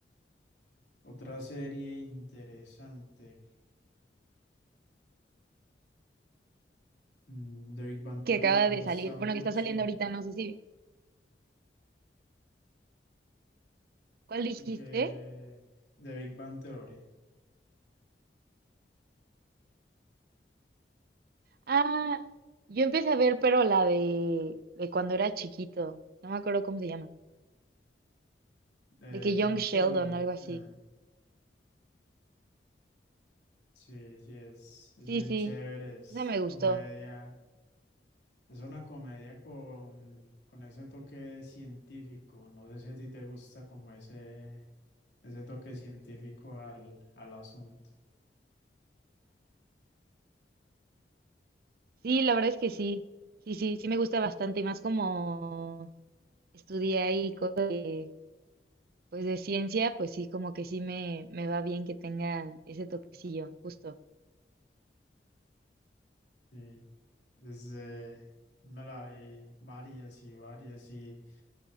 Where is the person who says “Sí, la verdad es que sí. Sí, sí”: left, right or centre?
Right